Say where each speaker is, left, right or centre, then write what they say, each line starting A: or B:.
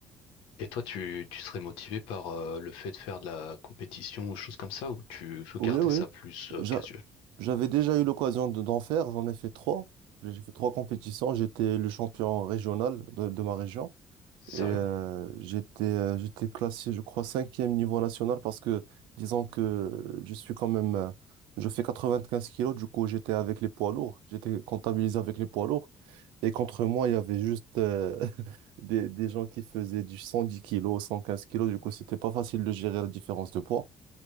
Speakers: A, on the left; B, on the right.
A: Et toi, tu, tu serais motivé par euh, le fait de faire de la compétition ou choses comme ça, ou tu veux
B: Oui,
A: garder
B: oui.
A: ça plus euh,
B: J'a-
A: casual?
B: J'avais déjà eu l'occasion de- d'en faire, j'en ai fait trois. J'ai fait trois compétitions. J'étais le champion régional de, de ma région
A: Sérieux?
B: et euh, j'étais euh, j'étais classé, je crois, cinquième niveau national parce que, disons que je suis quand même, euh, je fais 95 kilos, du coup j'étais avec les poids lourds, j'étais comptabilisé avec les poids lourds Et contre moi, il y avait juste euh, <laughs> des, des gens qui faisaient du 110 kilos, 115 kilos. Du coup, c'était pas facile de gérer la différence de poids.